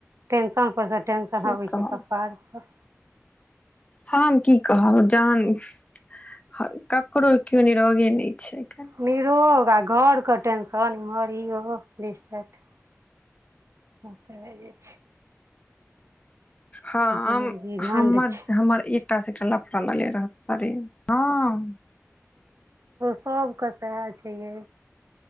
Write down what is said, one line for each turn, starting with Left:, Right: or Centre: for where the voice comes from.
Right: टेंशन से सब टेन्शन
Left: की
Right: हाबै
Left: कहब
Right: छैय कपाड़ पर।
Left: हम की कहब जहन ह ककरो कियो निरोगे नै छै‌ आय-काएल।
Right: निरोग आ घरके टेंशन इम्हर ईहो दीस दैट। उ तऽ भए जाइ छै।
Left: हँ
Right: जिन्दगी
Left: हम-
Right: झण्ड
Left: हमर
Right: छै
Left: -हमर एकटा से एकटा लफड़ा लगे रहत शरीर हाँ।
Right: सबके सएह छै यै।